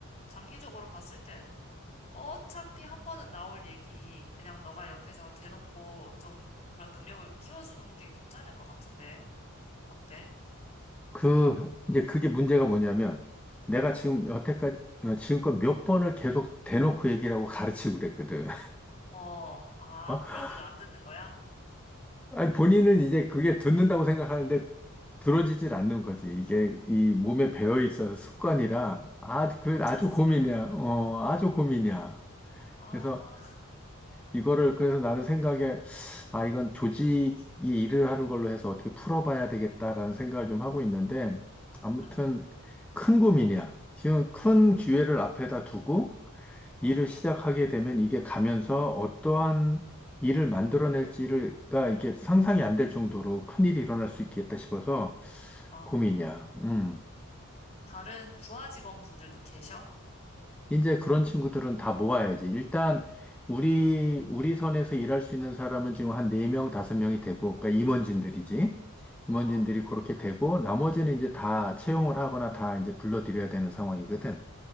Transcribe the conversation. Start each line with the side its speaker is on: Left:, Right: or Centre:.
Left: 장기적으로 봤을 땐 어차피 한 번은 나올 얘기 그냥 너가 옆에서 대놓고 좀 그런 능력을 키워주는 게 괜찮을 것 같은데 어때?
Centre: 그, 이제 그게 문제가 뭐냐면 내가
Left: 어,
Centre: 지금 여태까지, 어, 지금껏 몇 번을 계속 대놓고 얘기를 하고 가르치고 그랬거든.
Left: 어, 아,
Centre: <laughs>
Left: 그런데도 안 듣는 거야?
Centre: 아니, 본인은 이제 그게 듣는다고 생각하는데 들어지질 않는 거지. 이게 이
Left: 아,
Centre: 몸에 배어 있어서 습관이라 아, 그
Left: 고쳐지지가
Centre: 아주 고민이야.
Left: 않구나.
Centre: 어, 아주 고민이야.
Left: 아,
Centre: 그래서
Left: <laughs>
Centre: 이거를 그래서 나는 생각에 아, 이건 조직이 일을 하는 걸로 해서 어떻게 풀어봐야 되겠다라는 생각을 좀 하고 있는데 아무튼
Left: 응,
Centre: 큰 고민이야. 지금 큰 기회를 앞에다 두고
Left: 어,
Centre: 일을 시작하게 되면 이게 가면서 어떠한 일을 만들어낼지가 이게 상상이 안될 정도로 큰일이 일어날 수 있겠다 싶어서
Left: 아,
Centre: 고민이야. 음.
Left: 다른 부하 직원분들도 계셔?
Centre: 이제 그런 친구들은 다 모아야지. 일단 우리 우리 선에서 일할 수 있는 사람은 지금 한 네명 다섯 명이 되고 그러니까 임원진들이지. 임원진들이
Left: 어?
Centre: 그렇게 되고 나머지는 이제 다 채용을 하거나 다 이제 불러들여야 되는 상황이거든.